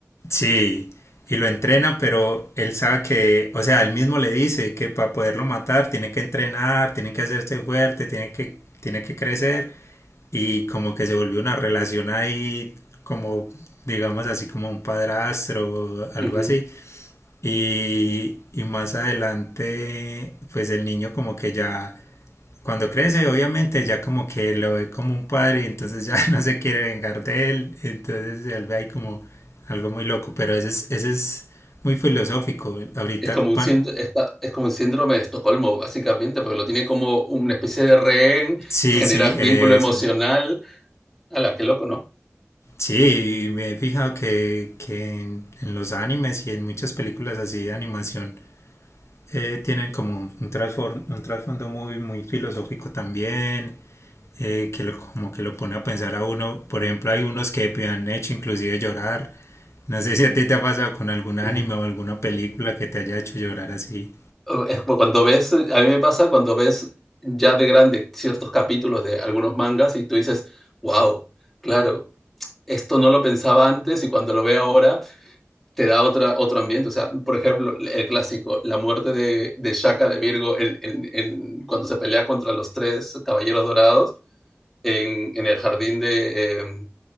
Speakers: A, on the left; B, in the centre.
A: sí y lo entrena pero él sabe que o sea él mismo le dice que para poderlo matar tiene que entrenar tiene que hacerse fuerte tiene que tiene que crecer y como que se volvió una relación ahí como digamos así como un padrastro o algo
B: Ujú.
A: así y, y más adelante pues el niño como que ya cuando crece obviamente ya como que lo ve como un padre y entonces ya <laughs> no se quiere vengar de él entonces se vuelve ahí como algo muy loco pero ese es, ese es muy filosófico ahorita
B: Es como un,
A: pan
B: sínd- está- es como un síndrome de Estocolmo, básicamente, porque lo tiene como una especie de rehén,
A: sí
B: genera
A: sí
B: vínculo
A: eso
B: emocional. la qué loco, ¿no?
A: Sí, me he fijado que, que en, en los animes y en muchas películas así de animación eh, tienen como un, un trasfor- un trasfondo muy, muy filosófico también, eh, que lo, como que lo pone a pensar a uno. Por ejemplo, hay unos que me han hecho inclusive llorar. No sé si a ti te ha pasado con algún anime
B: Ujú.
A: o alguna película que te haya hecho llorar así.
B: Es como cuando ves, a mí me pasa cuando ves ya de grande ciertos capítulos de algunos mangas y tú dices, wow, claro, esto no lo pensaba antes y cuando lo veo ahora te da otra, otro ambiente. O sea, por ejemplo, el clásico, la muerte de, de Shaka de Virgo en, en, en, cuando se pelea contra los tres caballeros dorados en, en el jardín de. Eh,